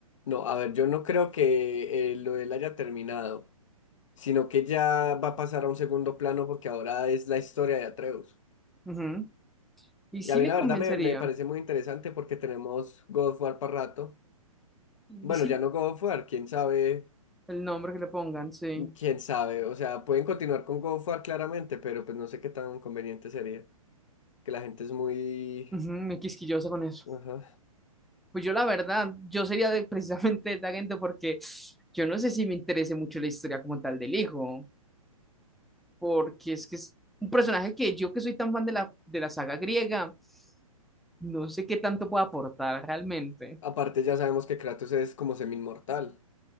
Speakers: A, on the left; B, in the centre.
A: No, a ver, yo no creo que eh, lo de él haya terminado, sino que ya va a pasar a un segundo plano porque ahora es la historia de Atreus.
B: Ujú. Y sí
A: Y a mí
B: le
A: la
B: convencería.
A: verdad me, me parece muy interesante porque tenemos God of War para rato.
B: Y
A: Bueno,
B: sí,
A: ya no God of War, quién sabe,
B: el nombre que le pongan, sí.
A: quién sabe. O sea, pueden continuar con God of War claramente, pero pues no sé qué tan conveniente sería. Que la gente es muy...
B: Ujú, muy quisquillosa con eso.
A: Ajá.
B: Pues yo la verdad, yo sería de, precisamente de esa gente porque yo no sé si me interese mucho la historia como tal del hijo, porque es que es un personaje que yo que soy tan fan de la, de la saga griega, no sé qué tanto puede aportar realmente.
A: Aparte ya sabemos que Kratos es como semi-inmortal.